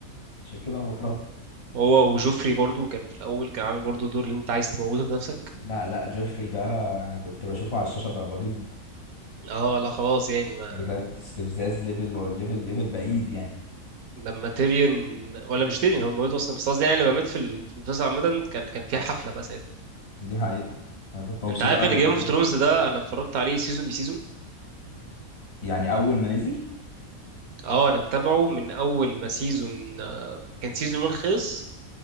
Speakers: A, on the left (about 45°); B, on the right (about 80°).
A: عشان كده انا بكرهه
B: أهو. هو وجوفري برضو كان في الاول كان عامل برضو دور اللي انت عايز تموته بنفسك
A: لا لا جيفري ده انا كنت بشوفه على الشاشه ب- بجد
B: اه لا خلاص يعني ما
A: بجد استفزاز ليفل ليفل ليفل بعيد يعني
B: لما تيريون ولا مش تيريون هو موته اصلا بس قصدي يعني لما مات في ال- في المسلسل عامه كان كان في حفله بقى ساعتها
A: دي حقيقه انا كنت مبسوط
B: انت عارف
A: قوي
B: ان
A: انه
B: جيم اوف ثرونز ده انا اتفرجت عليه سيزون بسيزون
A: يعني اول ما نزل
B: اه انا متابعه من اول ما سيزون كان سيزون 1 خلص